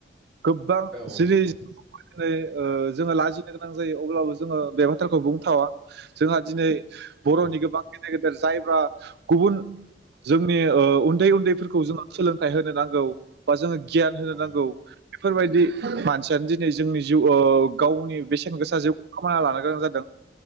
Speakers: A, on the right; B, in the centre.
A: गोबबां
B: औ
A: सिरि
B: नंगौ नंगौ
A: ओ जोङो लाजिनो गोनां जायो अब्लाबो जोङो बे बाथ्राखौ बुंथावा जोंहा दिनै बर'नि
B: औ
A: गोबां गेदेर गेदेर जायबा गुबुन जोंनि ओ उन्दै उन्दैफोरखौ जोङो सोलोंथाइ होनो नांगौ बा जोङो गियान होनो
B: औ
A: नांगौ बेफोरबायदि मानसियानो दिनै जोंनि जिउ ओ गावनि बेसेन गोसा जिउखौ खोमाना लानो गोनां जादों